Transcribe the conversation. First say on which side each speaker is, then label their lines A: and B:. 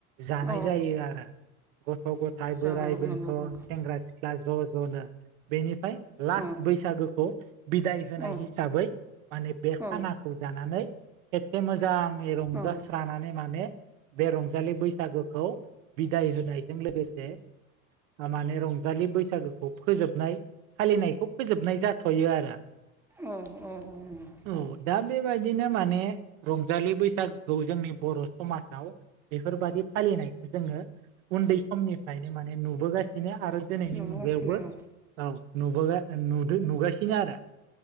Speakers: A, on the right; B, in the centre.
A: जानाय
B: औ
A: जायो आरो गथ' गथा इ
B: जा
A: बोराइ
B: औ
A: बेन्थ
B: नंगौ नंगौ
A: सेंग्रा सिख्ला ज' ज'नो बेनिफ्राय लास्ट
B: औ
A: बैसागोखौ बिदाय होनाय
B: औ
A: हिसाबै माने बे खानाखौ
B: औ
A: जानानै खेबसे मोजाङै रंजास्रानानै
B: औ नंगौ
A: माने बे रंजालि बैसागोखौ बिदाय होनायजों लोगोसे माने रंजालि बैसागोखौ फोजोबनाय फालिनायखौ फोजोबनाय जाथयो आरो
B: अ अ अ अ
A: औ
B: अ
A: दा बेबायदिनो माने रंजालि बैसागो खौ जोंनि बर' समाजाव बेफोरबाददि फालिनायखौ जोङो उन्दै समनिफ्रायनो माने नुबोगासिनो आरो दिनैनि
B: नुबोगासिनो
A: मुगायावबो
B: औ
A: ओ नुबोगा नुदो नुगासिनो आरो